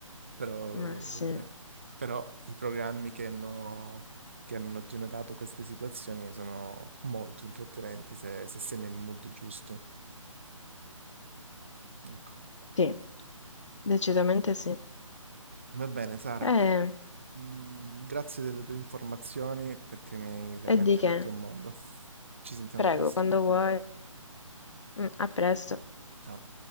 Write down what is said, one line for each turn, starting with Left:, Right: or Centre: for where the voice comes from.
Right: Però,
Left: Ma sì,
Right: vabbè. Però i programmi che hanno, che hanno generato queste situazioni sono molto intrattenenti se, se sei nel mood giusto. Ecco.
Left: sì, decisamente sì.
Right: Va bene, Sara.
Left: Eh,
Right: Mm, Grazie delle tue informazioni perché mi hai veramente
Left: e di
Right: aperto
Left: che?
Right: un mondo. Ci sentiamo
Left: Prego,
Right: presto.
Left: quando vuoi. Mm, a presto.
Right: Ciao.